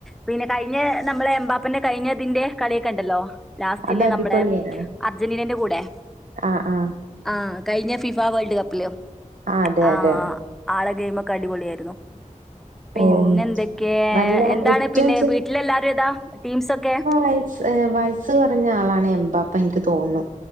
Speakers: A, in the centre; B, on the right (about 70°).
A: പിന്നെ കഴിഞ്ഞ നമ്മള് എംമ്പാപ്പന്റെ കഴിഞ്ഞതിന്റെ കളിയൊക്കെണ്ടല്ലോ ലാസ്റ്റില്
B: അത് അടിപൊളിയാണ്
A: നമ്മടെ അർജന്റീനെന്റെ കൂടെ
B: ആഹ് ആഹ്
A: ആഹ് കഴിഞ്ഞ ഫിഫ വേൾഡ് കപ്പില്
B: ആഹ് അതെ
A: ആഹ്
B: അതെ
A: ആളെ ഗെയിമൊക്കെ അടിപൊളിയാരുന്നു പിന്നെ
B: ഓഹ്
A: എന്തൊക്കെ
B: നല്ല
A: എന്താണ്
B: ഏറ്റവും
A: പിന്നെ വീട്ടില് എല്ലാരും ഏതാ ടീംസൊക്കെ
B: വയസ്സ് വയസ്സ് കൊറഞ്ഞ ആളാണ് എംമ്പപ്പൻ എനിക്ക് തോന്നുന്നു